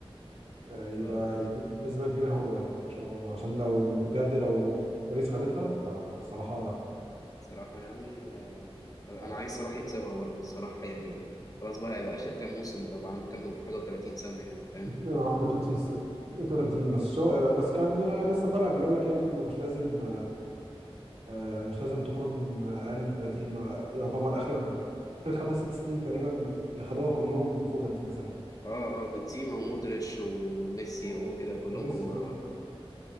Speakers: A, on the right; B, on the left.
A: آه، يبقى
B: اه اه
A: يجيب نسبة كبيرة هو يعني إن شاء الله عشان لو بجد لو باريس خدتها فالصراحة
B: صراحه يعني انا
A: آه،
B: عايز صلاح يكسبها برضه الصراحه يعني خلاص بقى هيبقى اخر كام موسم ده بقى عنده كام حاجه و30 سنه يعني فاهم
A: عنده 30 س- 32 بس شو آه، بس كان لسه طالع بيقول لك يعني إنه مش لازم آه، مش لازم تكون أقل من 30 ما- يعتبر آخر آخر خمس ست سنين تقريبا اللي خدوها كلهم فوق 30 سنة
B: اه اه بنزيما ومودريتش وميسي
A: آه،
B: وكده كلهم
A: ميسي
B: كبار
A: اه بالظبط
B: اه